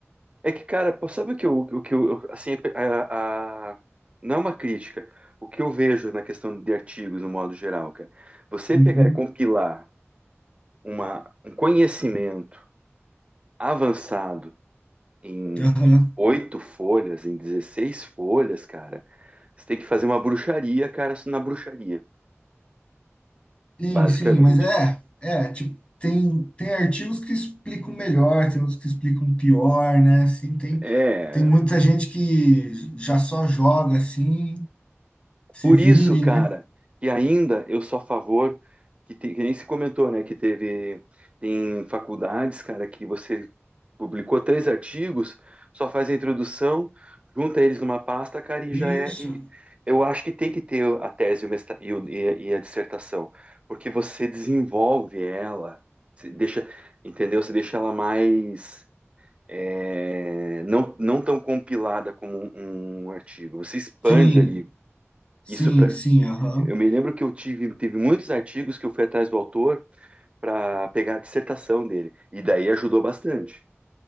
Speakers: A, on the right (about 25°); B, on the left (about 25°).
A: É que, cara, pô, sabe o que eu, o que eu assim, a, a- não é uma crítica. O que eu vejo na questão de artigos, no modo geral, cara, você
B: Uhum,
A: pegar e compilar uma, um conhecimento avançado em
B: aham.
A: oito folhas, em 16 folhas, cara, você tem que fazer uma bruxaria, cara, na bruxaria.
B: Sim,
A: Basicamente.
B: sim, mas é, é, tipo, tem, tem artigos que explicam melhor, tem outros que explicam pior, né? Assim, tem,
A: É,
B: tem muita gente que já só joga, assim, se
A: por
B: vire,
A: isso, cara,
B: né?
A: que ainda eu sou a favor, que, tem, que nem se comentou, né, que teve, tem faculdades, cara, que você publicou três artigos, só faz a introdução, junta eles numa pasta, cara, e
B: Isso.
A: já é, e eu acho que tem que ter a tese e, o mestra- e o- e a e a dissertação, porque você desenvolve ela, você deixa, entendeu? Você deixa ela mais é, não, não tão compilada como um, um artigo. Você expande
B: Sim,
A: ali.
B: sim,
A: Isso para.
B: sim, aham.
A: eu me lembro que eu tive, teve muitos artigos que eu fui atrás do autor para pegar a dissertação dele, e daí ajudou bastante.